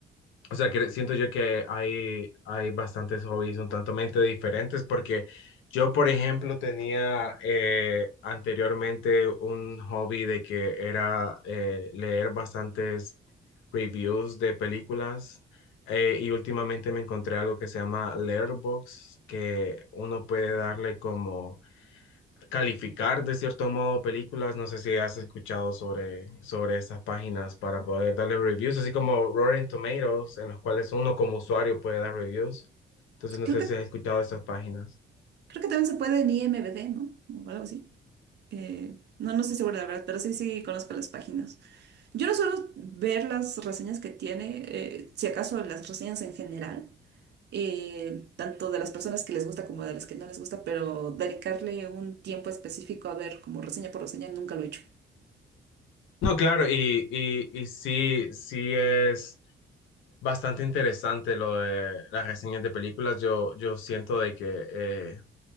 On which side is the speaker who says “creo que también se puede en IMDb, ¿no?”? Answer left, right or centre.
Right